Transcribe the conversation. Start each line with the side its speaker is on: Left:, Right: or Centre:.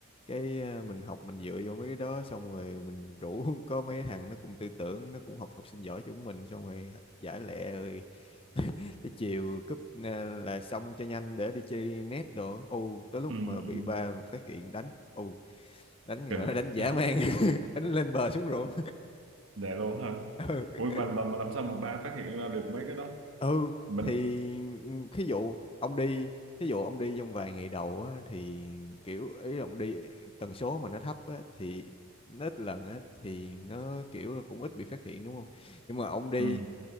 Left: cái à, mình học mình dựa vô mấy cái đó xong rồi mình rủ <laughs> có mấy thằng nó cũng tư tưởng nó cũng học học sinh giỏi chúng mình xong rồi giải lẹ rồi cái chiều cúp à, là xong cho nhanh để đi chơi net đồ ô tới lúc
Right: ừ,
Left: mà bị
Right: ừ.
Left: ba phát hiện đánh ô đánh
Right: kinh
Left: gọi là <laughs> đánh dã
Right: <laughs>
Left: man <laughs> đánh lên bờ xuống ruộng
Right: để luôn hả
Left: <laughs> ừ.
Right: ui mà, mà, mà làm sao mà ba phát hiện ra được mấy cái đó
Left: ừ
Right: mình
Left: thì ừ, thí dụ ông đi thí dụ ông đi trong vài ngày đầu á, thì kiểu ấy ông đi tần số mà nó thấp á, thì nó ít lần á, thì nó kiểu là cũng ít bị phát hiện đúng không nhưng mà ông đi
Right: ừ,